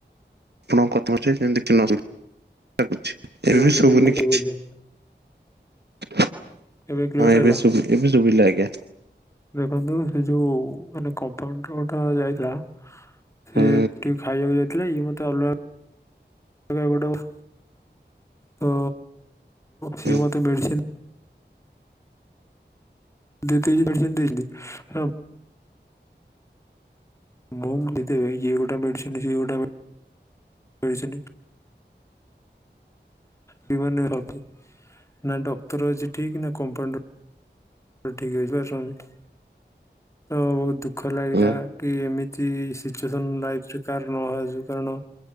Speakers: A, on the right (about 65°); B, on the left (about 15°).
A: ଆପଣଙ୍କ କଥାବାର୍ତ୍ତା ଯେମିତି ଚିହ୍ନା ଲାଗୁଛି।
B: ମୋ
A: ଏବେ ବି
B: ମୁଣ୍ଡ
A: ଶୁବୁନି
B: ବିନ୍ଧା
A: କିଛି।
B: ବୋଧେ
A: ହଁ
B: ଏବେ କ୍ଲିୟର
A: ଏବେ
B: ହେଲା
A: ଶୁବି ଏବେ ଶୁବିଲା ଆଜ୍ଞା।
B: ଦେଖନ୍ତୁ ସେ ଯୋଉ ମାନେ କମ୍ପାଉଣ୍ଡର ଗୋଟାକ ଯାଇଥିଲା ସେ
A: ହୁଁ
B: ଟିଉ ଖାଇଆକୁ ଯାଇଥିଲା ଇଏ ମୋତେ ଅଲଗା ଏବା ଗୋଟେ ବ ତ ସିଏ
A: ହୁଁ
B: ମତେ ମେଡି଼ସିନ୍ ଦେ ତିଜ୍ ଏଡି଼ସିନ୍ ଦେଲି ହ ମୁଁ ଦେଇଦେବେ ଇଏ ଗୋଟା ମେଡ଼ିସିନ୍ ସିଏ ଗୋଟା ମେ ମେଡି଼ସିନି ବି ମାନେ ରଖି ନାଁ ଡକ୍ତର୍ ଅଛି ଠିକ୍ ନାଁ କମ୍ପାଉଣ୍ଡ ତ ଠିକ୍ ଅଛି ବା ସମତେ ତ ବହୁତ ଦୁଃଖ ଲାଗିଲା
A: ହୁଁ
B: କି ଏମିତି ସିଚୁଏସନ୍ ଲାଇଫ୍ ରେ କାହାର ନ ଆସୁ କାରଣ